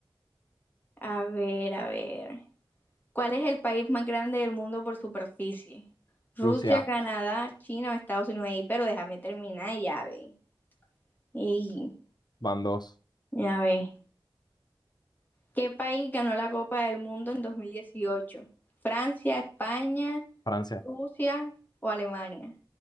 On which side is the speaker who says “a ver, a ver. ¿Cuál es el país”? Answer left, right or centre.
Left